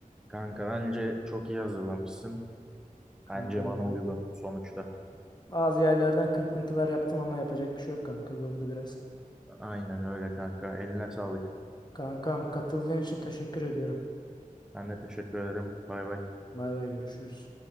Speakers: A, in the centre; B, on the left (about 30°).
A: Kanka bence çok iyi hazırlamışsın.
B: Kankam
A: Bence bana
B: yani.
A: uygun sonuçta.
B: Bazı yerlerden kırpıntılar yaptım ama yapacak bir şey yok kanka zordu biraz.
A: Aynen öyle kanka. Eline sağlık.
B: Kankam katıldığın için teşekkür ediyorum.
A: Ben de teşekkür ederim. Bay bay.
B: Bay bay görüşürüz.